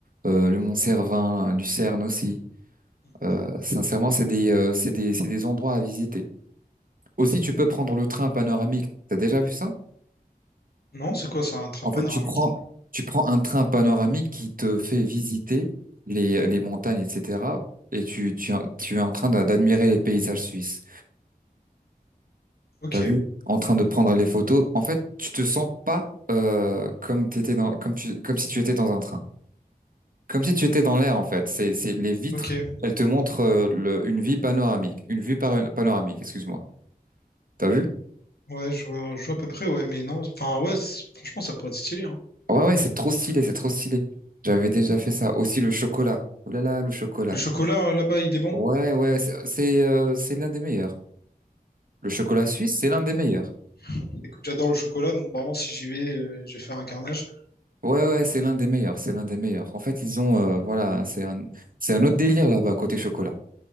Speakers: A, on the right; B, on the left.
A: euh, le Mont-Cervin, Lucerne aussi.
B: Mhm.
A: Euh, sincèrement, c'est des, euh, c'est des, c'est des endroits à visiter. Aussi, tu peux prendre le train panoramique. T'as déjà vu ça?
B: Non, c'est quoi ça, un train
A: En
B: panoramique?
A: fait, tu prends, tu prends un train panoramique qui te fait visiter les, les montagnes, etc. Et tu, tu, tu es en train d'a- d'admirer les paysages suisses.
B: Ok.
A: T'as vu? En train de prendre les photos. En fait, tu te sens pas euh, comme t'étais dans, comme tu, comme si tu étais dans un train. Comme si tu étais dans l'air, en fait. C'est, c'est les vitres.
B: Ok.
A: Elles te montrent euh, le- une vie panoramique, une vue par- panoramique. Excuse-moi. T'as vu?
B: Ouais, je vois, je vois à peu près, ouais, mais non. Enfin, ouais, c'est- franchement, ça pourrait être stylé, hein.
A: Ouais, ouais, c'est trop stylé, c'est trop stylé. J'avais déjà fait ça. Aussi le chocolat. Oh là là, le chocolat.
B: Le chocolat, euh, là-bas, il est bon.
A: Ouais, ouais, c'est c'est euh, c'est l'un des meilleurs. Le chocolat suisse, c'est l'un
B: Mais Écoute,
A: des meilleurs.
B: écoute, j'adore le chocolat, donc vraiment, si j'y vais, euh, je vais faire un carnage.
A: Ouais, ouais, c'est l'un des meilleurs, c'est l'un des meilleurs. En fait, ils ont, euh, voilà, c'est un, c'est un autre délire là-bas côté chocolat.